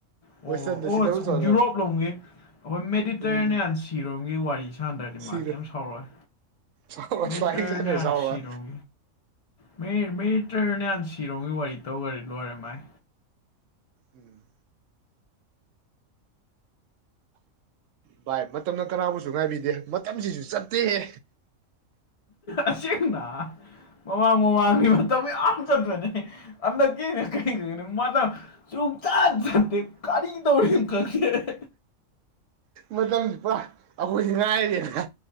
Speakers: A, on the left; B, on the right.
A: ꯑꯣ
B: ꯋꯦꯁꯇꯔꯟꯗ
A: ꯑꯣꯆ
B: ꯁꯤꯗꯔꯨ ꯆꯠꯂ
A: ꯌꯨꯔꯣꯞ ꯂꯝꯒꯤ ꯑꯈꯣꯏ ꯃꯦꯗꯤꯇꯔꯅꯤꯌꯥꯟ
B: ꯎꯝ
A: ꯁꯤꯔꯣꯝꯒꯤ ꯋꯥꯔꯤ ꯁꯥꯟꯗꯔꯦ ꯗꯤ
B: ꯁꯤꯔꯦ
A: ꯃꯥ ꯀꯦꯝ ꯁꯥꯎꯔꯣꯏ
B: ꯁꯥꯎꯔꯣꯏ
A: ꯃꯤꯇꯔꯅꯦꯟꯁꯤ
B: ꯁ꯭ꯋꯥꯏ ꯁꯥꯟꯅꯔ ꯁꯥꯎꯔꯣꯏ
A: ꯔꯨꯝ ꯃꯤ ꯃꯇ꯭ꯔꯅꯦꯟ ꯁꯤꯔꯣꯝꯒꯤ ꯋꯥꯔꯤ ꯇꯧꯒꯔ ꯂꯣꯏꯔꯦ ꯃꯥꯏ
B: ꯎꯝ ꯚꯥꯏ ꯃꯇꯝꯅ ꯀꯅꯥꯕꯨꯁꯨ ꯉꯥꯏꯕꯤꯗꯦ ꯃꯇꯝꯁꯤꯁꯨ ꯆꯠꯇꯦꯍꯦ
A: ꯑꯁꯦꯡꯅ ꯃꯃꯥꯡ ꯃꯃꯥꯡꯒꯤ ꯃꯇꯝ ꯌꯥꯝ ꯆꯠꯄꯅꯦ ꯑꯟꯗꯛ ꯒꯦꯅ ꯀꯩꯅꯣ ꯅꯪꯅ ꯃꯗ ꯆꯨꯝ ꯆꯥꯠ ꯆꯠꯇꯦ ꯀꯔꯤ ꯇꯧꯔꯤꯝ ꯈꯪꯗꯦ
B: ꯃꯇꯝꯁꯤ ꯄꯨꯔ ꯑꯩꯈꯣꯏꯁꯤ ꯉꯥꯏꯔꯤꯅꯦ